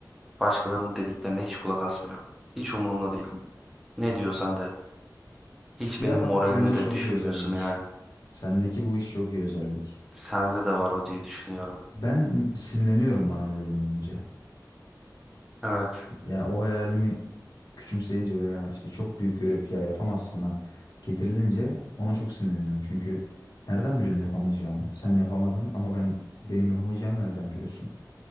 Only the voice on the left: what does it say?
Ya
bak bence
çok
iyi özellik.
Sendeki bu iş çok iyi özellik.
Ben sinirleniyorum bana öyle denilince.
Ya o hayalimi küçümseyince veya işte çok büyük görüp ya yapamazsına getirilince ona çok sinirleniyorum. Çünkü nereden biliyorsun yapamayacağımı? Sen yapamadın ama ben benim yapamayacağımı nereden biliyorsun?